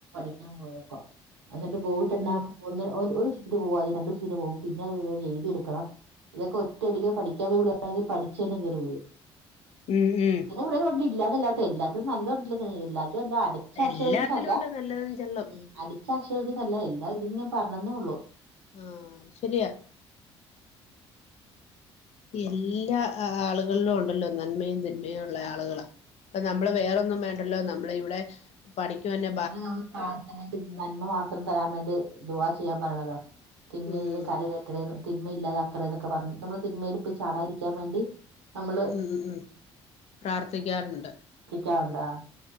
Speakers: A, on the right; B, on the left.
A: <unintelligible> പോയെക്കുവാ. എന്നിട്ട് പോയിട്ടന്നാ
B: ഓഹ്
A: ഒന്ന് ഒര് വിഷ്തിന് പോവും, അത് രണ്ട്‌ വിഷ്തിന് പോകും പിന്നെ അത് ഏഴ്തിട്ക്കണം. ഇതൊക്കെ ഒറ്റടിക്ക് പഠിക്കാൻ കഴിവുള്ളോരാണെങ്കി പഠിച്ച് തന്നെ കേറിവരും.
B: <unintelligible>
A: മ്മളെ പിള്ളേരുണ്ട്‌, ഇല്ലന്നല്ലാട്ടൊ, എല്ലാത്തും നല്ലതൊണ്ടല്ല എല്ലാതും അടു ച്ച ആക്ഷേപിക്കുന്നല്ല,
B: എല്ലാത്തിലും ഉണ്ട് നല്ലതും ചെള്ളും
A: ഉം അടിച്ച അക്ഷേപിക്കുന്നല്ല എല്ലാ ഇതിന്നും പറഞ്ഞന്നേ ഉള്ളു.
B: ആഹ്, ശരിയാ. പൊ എല്ലാ ആളുകളിലു ഉണ്ടല്ലോ നന്മയും തിന്മയും ഉള്ള ആളുകള്. നമ്മള് വേറൊന്നും വേണ്ടല്ലോ നമ്മളെ ഇവിടെ പണിക് വര്ന്ന
A: അതല്ലെ നമ്മള് പ്രാർത്ഥനയില് നന്മ മാത്രം തരാൻ വേണ്ടി ദുആ ചെയ്യാൻ പറയണത് തിന്മയിൽ
B: ഉം
A: നിന്ന് കര കേറ്റണേന്ന് തിന്മ ഇല്ലാതാക്കണേ ന്നൊക്കെ പറഞ്ഞു നമ്മള് തിന്മയിൽ ഇപ്പോയി ചാടാതിരിക്കാൻ വേണ്ടി നമ്മള്
B: ഉം ഉം ഉം പ്രാർത്ഥിക്കാറുണ്ട്.
A: ത്ഥിക്കാറുണ്ട് ആ.